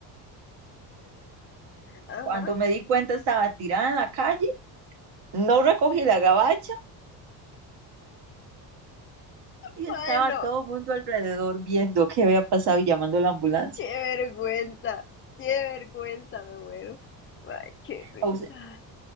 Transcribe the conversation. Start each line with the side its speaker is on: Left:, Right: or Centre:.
Left: Ajá.
Right: Cuando me di cuenta estaba tirada en la calle, no recogí la gabacha y
Left: Bueno,
Right: estaba todo el mundo alrededor viendo qué había pasado y llamando a la ambulancia.
Left: qué vergüenza, qué vergüenza, me muero. Ay, qué risa.
Right: O sea,